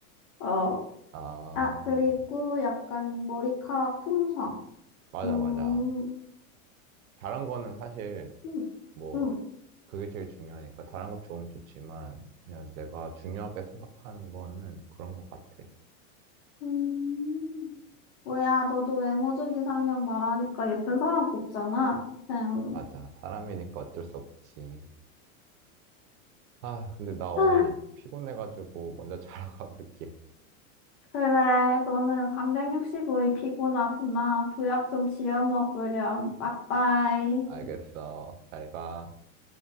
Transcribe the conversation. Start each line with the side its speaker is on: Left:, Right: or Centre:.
Left: 어.
Right: 아,
Left: 아, 그리고 약간 머리카락 품성.
Right: 맞아,
Left: 음,
Right: 맞아. 잘한 거는 사실,
Left: 음,
Right: 뭐,
Left: 음,
Right: 그게 제일 중요하니까. 잘한 거 좋으면 좋지만, 그냥 내가 중요하게 생각하는 거는 그런 것 같아.
Left: 음. 뭐야, 너도 외모적 이상형 말하니까 예쁜 사람 꼽잖아. 음.
Right: 맞아. 사람이니까 어쩔 수 없지. 아, 근데 나 오늘
Left: 아,
Right: 피곤해가지고 먼저 자러 <laughs> 가볼게.
Left: 그래, 너는 365일 피곤하구나. 보약 좀 지어 먹으렴. 빠빠이.
Right: 알겠어. 잘 가.